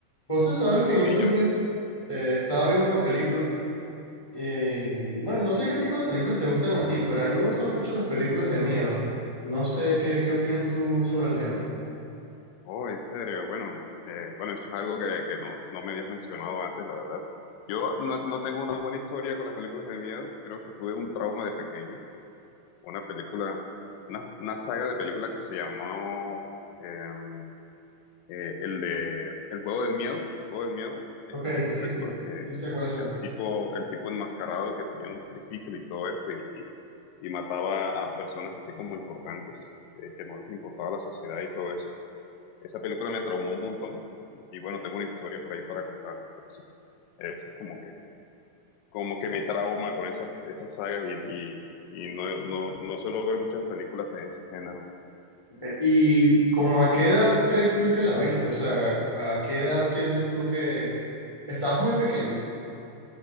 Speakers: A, on the left (about 20°); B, on the left (about 80°).
A: José, sabes
B: Pues
A: que en estos
B: sí, yo.
A: días eh, estaba viendo una película y bueno, no sé qué tipo de películas te gustan a ti, pero a mí me gustan mucho las películas de miedo. No sé qué, qué opinas tú sobre el género.
B: Oh, en serio. Bueno, eh, bueno, eso es algo que, que no, no me habías mencionado antes, la verdad. Yo no, no tengo una buena historia con las películas de miedo. Creo que tuve un trauma de pequeño. Una película, una, una saga de películas que se llamó eh, eh, el de El juego del miedo. El juego del miedo. Esta-
A: Ok,
B: estas
A: sí,
B: películas
A: sí,
B: que
A: sí sé cuáles
B: del
A: son.
B: tipo, el tipo enmascarado que tenía un triciclo y todo esto y, y- y mataba a personas así como importantes, eh, que no les importaba la sociedad y todo eso. Esa película me traumó un montón. Y bueno, tengo una historia por ahí para contarte, pero sí. Esa es como que, como que me trauma con esas, esas sagas y, y, y no, no, no suelo ver muchas películas de ese género.
A: Ok, ¿Y como a qué edad crees tú que la viste? O sea, ¿a qué edad sientes tú que estabas muy pequeño?